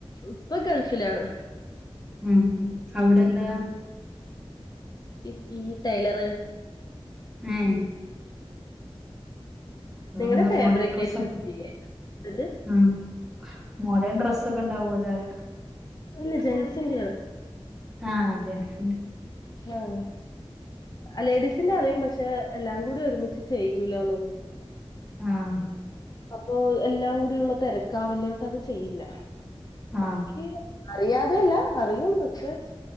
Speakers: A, on the left (about 40°); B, in the centre.
A: ഇപ്പൊ ഗൾഫിലാണ്
B: ഉം അവിടെ എന്താ
A: ഇ ഈ ടൈലർ
B: ഏഹ് അത
A: നിങ്ങളുടെ
B: നല്ല
A: ഫാബ്രിക്കേഷൻ
B: മോഡേൺ ഡ്രെസ്സ്ക്കെ
A: ചെയ്യേ ഇതില്
B: ഉം മോഡേൺ ഡ്രസ് ഒക്കെ ഉണ്ടാവു <unintelligible>
A: ഇല്ല ജൻസായിട്ടുളളത്
B: ആഹ് ജെൻസിന്റെ
A: ആഹ് ലേഡീസിന്റെ അറിയും പക്ഷെ എല്ലാം കൂടി ഒരുമിച്ച് ചെയ്യൂലന്നൊന്നു
B: ആഹ്
A: അപ്പൊ എല്ലാം കൂടിയുള്ള തിരക്കാവില്ല അത് കൊണ്ട് അത് ചെയ്യില്ല
B: ആ
A: ബാക്കി അറിയാതെയല്ല അറിയും പക്ഷെ